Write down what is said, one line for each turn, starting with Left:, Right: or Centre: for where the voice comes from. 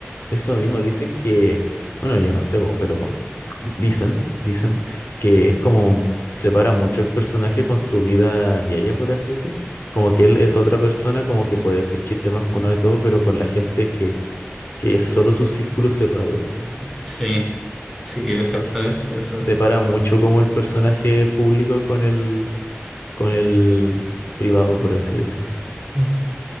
Left: Eso mismo, dicen que, bueno, yo no sé, po, pero dicen, dicen que es como separa mucho el personaje con su vida diaria, por así decir. Como que él es otra persona, como que puede decir chistes más funados y todo, pero con la gente que, que es solo su círculo cerrado, dicen.
Centre: Sí. Sí, exactamente
Left: Entonces,
Centre: eso.
Left: separa mucho como el personaje público con el, con el privado, por así decir.
Centre: Mm.